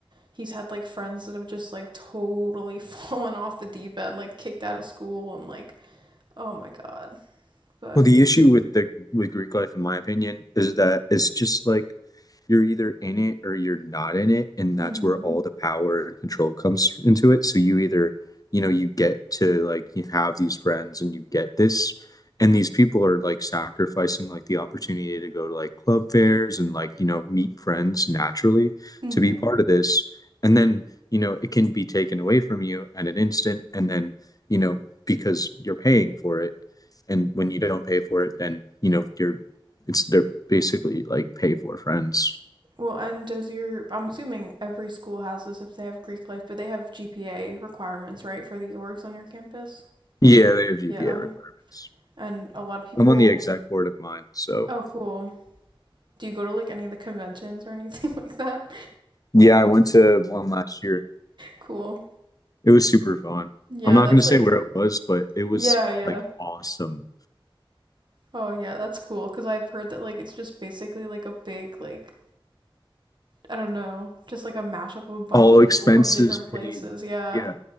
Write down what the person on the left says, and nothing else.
Well, the issue with the with Greek life, in my opinion, is that it's just like you're either in it or you're not in it, and
that's
where all the power and control comes into it. So you either, you know, you get to like you have these friends and you get this, and these people are like sacrificing like the opportunity to go to like club fairs and like, you know, meet friends naturally
to
be part of this. And then, you know, it can be taken away from you at an instant, and then, you know, because you're paying for it and when you don't pay for it, then you know you're it's they're basically like pay for friends.
Yeah, they have GPA
requirements.
I'm on the exec board of mine, so
yeah, I went to one last year.
It was super fun.
I'm not
going to
say where it was, but it was
like awesome.
All
expenses
paid.
Yeah,